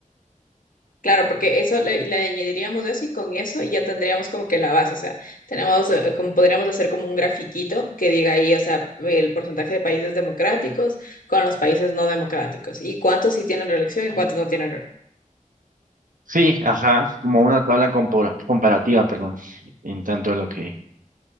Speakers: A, on the left; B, on the right.
A: claro, porque eso le, le añadiríamos eso y con eso ya tendríamos como que la base. O sea, tenemos, eh, como podríamos hacer como un grafiquito que diga ahí, o sea, el porcentaje de países democráticos con los países no democráticos y cuántos sí tienen reelección y cuántos no tienen
B: Sí, ajá, como una tabla compora- comparativa, perdón, en tanto a lo que